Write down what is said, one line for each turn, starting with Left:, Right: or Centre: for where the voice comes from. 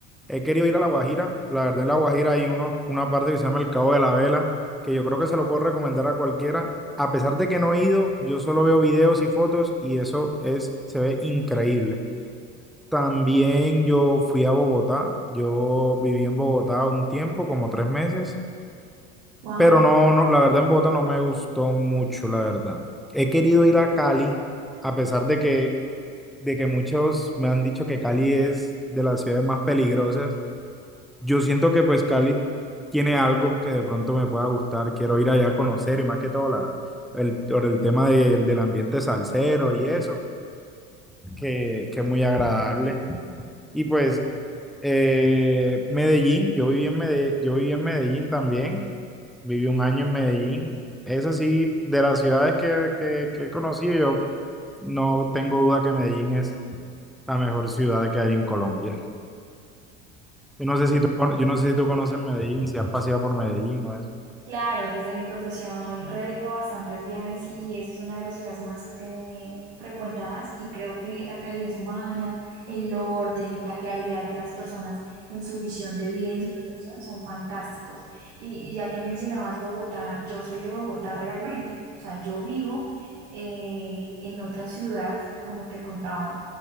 Centre: He querido ir a La Guajira. La verdad, en La Guajira hay uno, una parte que se llama el Cabo de la Vela, que yo creo que se lo puedo recomendar a cualquiera. A pesar de que no he ido, yo solo veo videos y fotos y eso es, se ve increíble. También yo fui a Bogotá. Yo viví en Bogotá un tiempo, como tres meses.
Right: Wow.
Centre: Pero no, no, la verdad en Bogotá no me gustó mucho, la verdad. He querido ir a Cali, a pesar de que, de que muchos me han dicho que Cali es de las ciudades más peligrosas. Yo siento que pues Cali tiene algo que de pronto me pueda gustar. Quiero ir allá a conocer y más que todo la, el, por el tema del del ambiente salsero y eso, que, que es muy agradable. Y pues eh, Medellín, yo viví en Medellín, yo viví en Medellín también. Viví un año en Medellín. Eso sí, de las ciudades que, que, que he conocido, yo no tengo duda que Medellín es la mejor ciudad que hay en Colombia. Yo no sé si tú, cono- yo no sé si tú conoces Medellín, si has paseado por Medellín o eso.
Right: Claro, desde mi profesión realizo bastantes viajes y, y esa es una de las ciudades más eh, frecuentadas y creo que la calidez humana, el orden, la claridad de las personas en su visión de vida y en su percepción son fantásticos. Y, y ya que mencionabas Bogotá, yo soy de Bogotá realmente, o sea, yo vivo eh, en otra ciudad, como te contaba